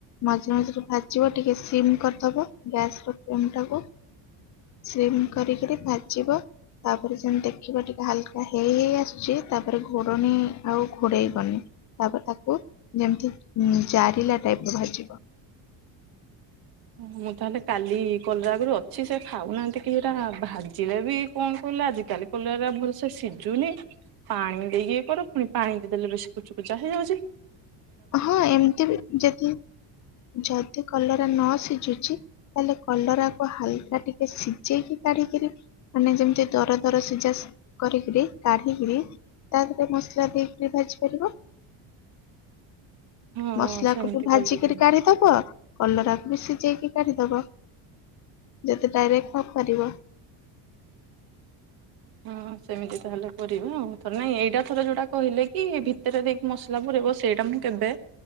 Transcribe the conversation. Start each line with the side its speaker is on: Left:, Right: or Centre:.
Left: ମଝିରେ ମଝିରେ ଭାଜିବ ଟିକେ ସିମ୍ କରିଦବ ଗ୍ୟାସର ଫ୍ଲେମ୍ ଟାକୁ । ସିମ କରିକରି ଭାଜିବ ତାପରେ ଯେମିତି ଦେଖିବ ଟିକେ ହାଲକା ହେଇ ହେଇ ଆସୁଛି ତାପରେ ଘୋଡ଼ଣିି ଆଉ ଘୋଡେଇ ବନି ତାପରେ ତାକୁ ଯେମିତି ଜାରିଲା ଟାଇପର ଭାଜିବ ।
Right: ମୁଁ ତାହେଲେ କାଲି କଲରା ଆଗରୁ ଅଛି ସେ ଖାଉନାହାନ୍ତି କିହିଟା ଭାଜିଲେ ବି କଣ କିହିଲ ଆଜିିକାଲି କଲରା ଭଲ ସେ ସିଝୁନି । ପାଣି ଦେଇକି କର ପୁଣି ପାଣି ଦେଇ ଦେଲେ ବେଶୀ କୁଚୁକୁଚା ହେଇଯାଉଛି ।
Left: ହଁ ଏମିତି ବି ଯଦି ଯଦି କଲରା ନ ସିଝ ତାଲେ କଲରାକୁ ହାଲ ଟିକେ ସିଝେଇକି କାଢିକି ମାନେ ଯେମିତି ଦର ଦର ସିଝା କରିକି କାଢିକିରି ତାହରେ ମସଲା ଦେଇକରି ଭାଜି ପାରିବ ।
Right: ହଁ
Left: ମସଲାକୁ
Right: ସେମିତି
Left: ବି ଭାଜିିକି
Right: କରିଦେବି।
Left: କାଢିଦବ। କଲରାକୁ ବି ସିଝେଇକି କାଢିଦବ । ଯଦି ଡାଇରେକ୍ଟ କରିପାରିବ ।
Right: ହଁ ସେମିତି ତାହେଲେ କର ଆଉ ଥରେ ନାଇଁ ଏଇଟା ଥରେ ଯୋଉଟା କହିଲେ କି ଭିତରେ ଦେଇକି ମସଲା ପୁରେଇବ ସେଇଟା ମୁଁ କେବେ